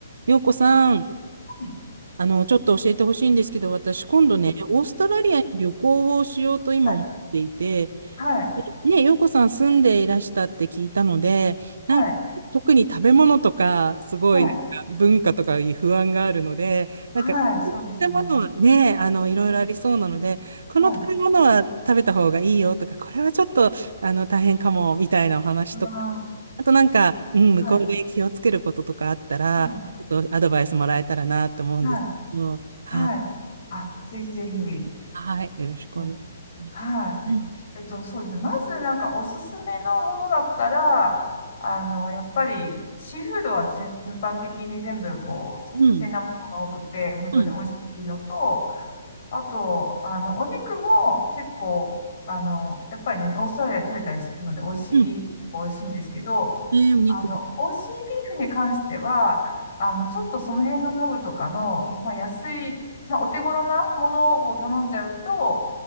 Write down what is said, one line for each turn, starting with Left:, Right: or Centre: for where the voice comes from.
Right: ようこさん、
Left: ん
Right: あの、ちょっと教えてほしいんですけど、私、今度ね、オーストラリアに旅行をしようと今思っていて、
Left: はい、はい、
Right: ね、洋子さん住んでいらしたって聞いたので、なんか、
Left: はい、
Right: 特に食べ物とか、すごい、
Left: はい、
Right: なんか文化とかいう不安があるので、
Left: はい、
Right: なんか、
Left: そうですよね。
Right: 食べ物はね、あの、いろいろありそうなので、
Left: うん
Right: この食べ物は食べた方がいいよとか、
Left: はい、
Right: これはちょっと、あの、大変かも、みたいなお話とか、
Left: うわ
Right: あとなんか、うん、向こうで気をつけることとかあったら、
Left: ーはい、は
Right: ちょっとアドバイスもらえたらなと思うんです。
Left: い、はい、
Right: うん、は、
Left: はい。あ、ぜひぜひ。
Right: はい、よろしくお願いします。
Left: うはい。
Right: うん、
Left: えっと、そうですね。まず、なんか、おすすめのものだったら、あの、やっぱり、シーフードは全般的に全部、こう、
Right: うん、
Left: 新鮮なものが多くて、本当に美味しいのと、
Right: うん、
Left: あと、あの、お肉も結構、あの、やっぱりね、オーストラリアで取れたりするので、美味しい、
Right: うん。
Left: 美味しいんですけど、
Right: えー、お肉。
Left: あの、美味しいビーフに関しては、あの、ちょっとその辺のパブとかの、まあ、安い、まあ、お手頃なものを頼んじゃうと、